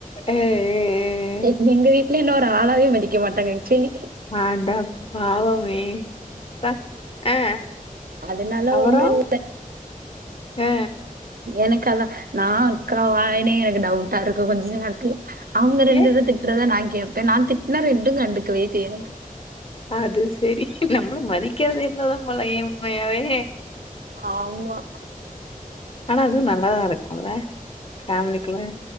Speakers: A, on the left; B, on the right.
A: எ எ எ‌ எ
B: எங் எங்க வீட்ல என்ன ஒரு ஆளாவே மதிக்க மாட்டாங்க அக்சுல்லி
A: அடப்பாவமே ச ஆ
B: அதனால
A: அப்பறோ
B: ஒண்ணு இல்ல.
A: ஆ
B: எனக்கு அதா நா அக்காவானே எனக்கு டவுட்டா இருக்கு கொஞ்ச நேரத்துல அவுங்க ரெண்டுபே
A: ஏ
B: திட்றதா நா கேப்பே நா திட்னா ரெண்டு கண்டுக்கவே தே <unintelligible>
A: அது சேரி நம்மள மதிக்காதுங்க என்னதா போலயே உண்மையாவே
B: ஆமா
A: ஆனா அதுவு நல்லாதா இருக்குல்ல ஃபேமிலிக்குள்ள